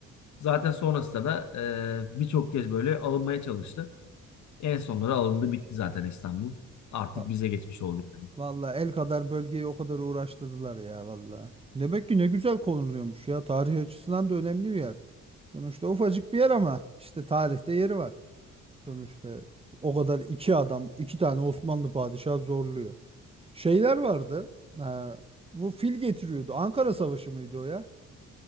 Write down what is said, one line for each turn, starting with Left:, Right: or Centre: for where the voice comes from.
Left: Zaten sonrasında da e, birçok kez böyle alınmaya çalıştı. En sonları alındı bitti zaten İstanbul. Artık
Right: Va-
Left: bize geçmiş oldu. yani.
Right: Vallahi el kadar bölgeyi o kadar uğraştırdılar ya vallahi. Demek ki ne güzel konuluyormuş ya tarih açısından da önemli bir yer. Sonuçta ufacık bir yer ama işte tarihte yeri var. Sonuçta o kadar iki adam, iki tane Osmanlı padişahı zorluyor. Şeyler vardı. Ee, bu fil getiriyordu. Ankara Savaşı mıydı o ya?